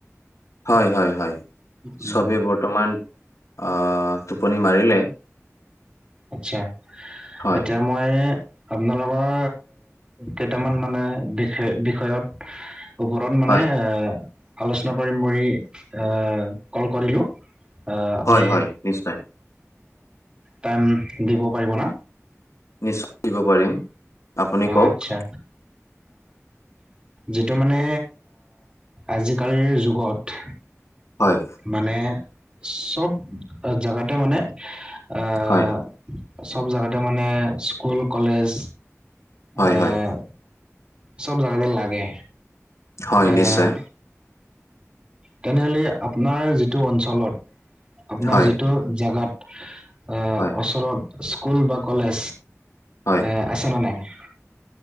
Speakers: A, on the left; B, on the right.
A: হয়, হয়, হয়,
B: উম
A: চবে বৰ্তমান অ', টোপনি মাৰিলে।
B: আতছা
A: হয়,
B: এতিয়া মই আপোনালোকৰ কেইটামান মানে বিষয় বিষয়ত ওপৰত মানে
A: হয়,
B: এ আলোচনা কৰিম বুলি এ কল কৰিলোঁ। আপুনি
A: হয়, হয়, নিশ্চয়।
B: টাইম দিব পাৰিব না।
A: নিশ্চয় দিব পাৰিম আপুনি কওক।
B: আচ্ছা যিটো মানে আজিকালিৰ যুগত
A: হয়,
B: মানে চ'ব জেগাতে মানে আহ
A: হয়,
B: চ'ব জাগাতে মানে স্কুল কলেজ
A: হয়,
B: আহ
A: হয়,
B: চব জাগাতে লাগে।
A: হয়,
B: আহ
A: নিশ্চয়।
B: তেনেহ'লে আপোনাৰ যিটো অঞ্চলত। আপোনাৰ
A: হয়,
B: যিটো জোগাত। এ
A: হয়,
B: ওচৰত স্কুল বা কলেজ।
A: হয়।
B: এ আছে ন নাই।